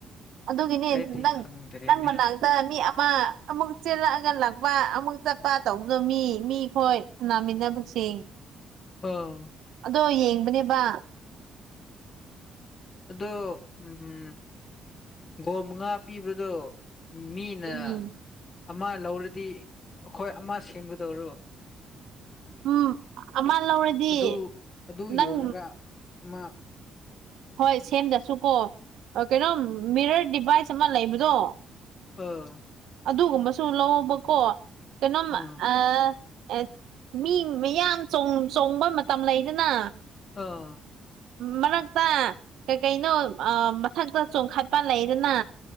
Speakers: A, on the right (about 80°); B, on the left (about 45°).
A: ꯑꯗꯨꯒꯤꯅꯤ
B: ꯑꯩꯗꯤ
A: ꯅꯪ
B: ꯈꯪꯗ꯭ꯔꯦꯅꯦ
A: ꯅꯪ ꯃꯅꯥꯛ ꯃꯤ ꯑꯃ ꯑꯃꯨꯛ ꯆꯦꯜꯂꯛꯑꯒ ꯂꯥꯛꯄ ꯑꯃꯨꯛ ꯆꯠꯄ ꯇꯧꯕꯗꯣ ꯃꯤ ꯃꯤ ꯈꯣꯏ ꯅꯃꯤꯅꯥꯁꯤꯡ
B: ꯑꯣ
A: ꯑꯗꯣ ꯌꯦꯡꯕꯅꯦꯕ
B: ꯑꯗꯣ ꯎꯝ ꯒꯣꯜ ꯃꯉꯥ ꯄꯤꯕꯗꯣ ꯃꯤꯅ
A: ꯎꯝ
B: ꯑꯃ ꯂꯧꯔꯗꯤ ꯑꯩꯈꯣꯏ ꯑꯃ ꯁꯦꯝꯒꯗꯧꯔꯣ
A: ꯎꯝ ꯑꯃ ꯂꯧꯔꯗꯤ
B: ꯑꯗꯨ ꯑꯗꯨ
A: ꯅꯪ
B: ꯌꯣꯟꯂꯒ ꯑꯃ
A: ꯍꯣꯏ ꯁꯦꯝꯗꯁꯨꯀꯣ ꯀꯩꯅꯣꯝ ꯃꯤꯔꯔ ꯗꯤꯚꯥꯏꯁ ꯑꯃ ꯂꯩꯕꯗꯣ
B: ꯑꯣ
A: ꯑꯗꯨꯒꯨꯝꯕꯁꯨ ꯂꯧꯑꯣꯕꯀꯣ ꯀꯩꯅꯣꯝ
B: ꯑꯥ
A: ꯑ ꯑꯦ ꯃꯤ ꯃꯌꯥꯝ ꯆꫭꯡ ꯆꯣꯡꯕ ꯃꯇꯝ ꯂꯩꯗꯅ
B: ꯑ
A: ꯃ ꯄꯥ ꯀꯩ ꯀꯩꯅꯣ ꯃꯊꯛꯇ ꯆꯣꯡꯈꯠꯄ ꯂꯩꯗꯅ